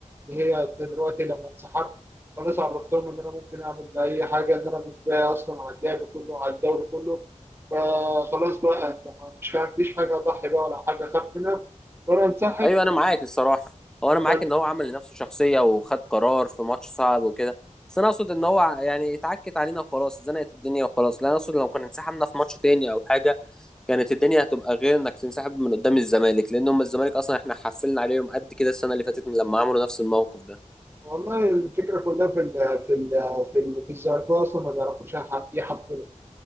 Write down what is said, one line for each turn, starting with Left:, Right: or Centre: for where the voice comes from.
Right: اللي هي دلوقتي لما انسحبت خلاص عرفتهم ان انا ممكن اعمل اي حاجه ان انا مش باقي اصلا على اللعب كله على الدوري كله فخلاص بقى انت ما- مش ما عنديش حاجه اضحي بقى ولا حاجه اخاف منها وانا انسحب
Centre: ايوه انا معاك الصراحه هو انا معاك
Right: بل
Centre: ان هو عمل لنفسه شخصيه وخد قرار في ماتش صعب وكده بس انا اقصد ان هو يعني اتعكت علينا وخلاص زنقت الدنيا وخلاص لا انا اقصد لو كنا انسحبنا في ماتش تاني او حاجه كانت الدنيا هتبقى غير انك تنسحب من قدام الزمالك لان هم الزمالك اصلا احنا حفلنا عليهم قد كده السنه اللي فاتت من لما عملوا نفس الموقف ده
Right: والله الفكره كلها في ال في ال في ال في الزمالكاويه اصلا ما بيعرفوش يح- يحفلوا